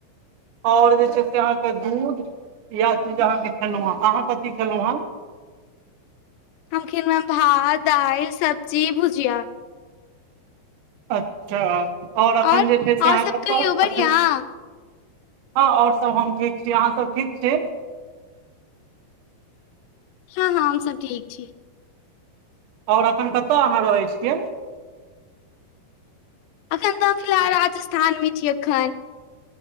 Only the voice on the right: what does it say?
आओर जे छै से अहाँकेँ दूध यैह चीज अहाँकेँ खेलहु हे अहाँ कथी खेलहु हे
अच्छा आओर एखन
जे छै से अहाँ
कतय
अखैन हँ आओर सब हम ठीक छी अहाँ सब ठीक छी
आओर अखन कतऽ अहाँ रहै छियै